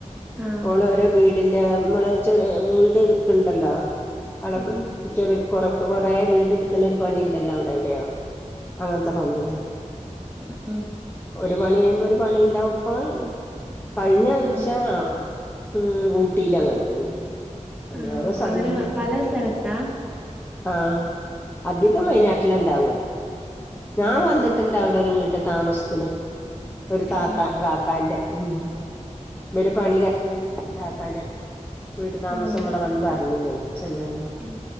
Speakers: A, in the centre; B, on the left (about 15°).
A: ആഹ്
B: ഓൾ ഓരോ വീ വീടിന്റെ നമ്മള ചെറിയ വീട് എടുക്കുന്നുണ്ടല്ലോ അള്
A: ഉം
B: ചെറിയ കൊറ കൊറേ വീട് എടുക്കേണ്ട ഒരു പണിയുണ്ടല്ലോ അവിടെ എവിടെയോ? അങ്ങനത്തെ പണിയിലാ.
A: ആ ആഹ്
B: ഒരു പണി കഴുമ്പോ ഒരു പണി ഉണ്ടാവും ഇപ്പൊ കഴിഞ്ഞ ആഴ്ചാ
A: ആഹ്
B: ഉം ഊട്ടിയിലെങ്ങാണ്ടാണു ഓരോരോ
A: ആണോ
B: സ്ഥലങ്ങളിലായിട്ടാ.
A: അങ്ങനെ പല സ്ഥലത്താ
B: ആഹ്അധികം
A: ആഹ്
B: വയനാട്ടിലാ ഇണ്ടാവ ഞാൻ
A: ഉം
B: വന്നിട്ട് ട്ടണ്ടവിടെ ഒരു വീട്ട താമസത്തിന് ഒരു താത്ത
A: ഉം
B: കാക്കാന്റെ ഉം. ഇവര് പണിക്കഴി താത്തന്റെ വീട്ടു താമസം
A: ആണോ
B: ഇവിടെ വന്ന് പറഞ്ഞിന്നേ ചെല്ലാന്
A: ഉം